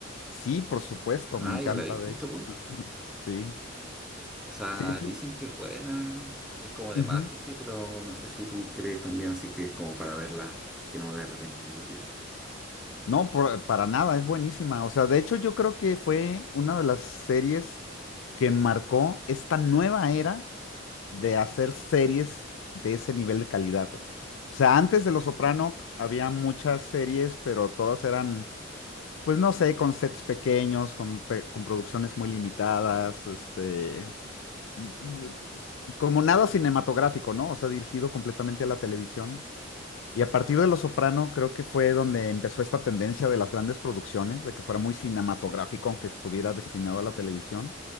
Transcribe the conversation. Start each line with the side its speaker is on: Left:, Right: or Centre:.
Left: Sí, por supuesto,
Centre: Ah,
Left: me encanta,
Centre: ya la viste,
Left: de
Centre: supongo.
Left: hecho. <clears throat> Sí,
Centre: O sea,
Left: sí, sí.
Centre: dicen que es buena, es como de
Left: ujú.
Centre: mafia, sí, pero no sé si tú crees también así que es como para verla, que no me voy a arrepentir y eso.
Left: No, por- para nada, es buenísima. O sea, de hecho, yo creo que fue una de las series que marcó esta nueva era de hacer series de ese nivel de calidad. O sea, antes de Los Soprano había muchas series, pero todas eran Pues no sé, con sets pequeños, con, pe- con producciones muy limitadas, este, mm, mm, como nada cinematográfico, ¿no? O sea, dirigido completamente a la televisión. Y a partir de Los Soprano creo que fue donde empezó esta tendencia de las grandes producciones, de que fuera muy cinematográfico, aunque estuviera destinado a la televisión.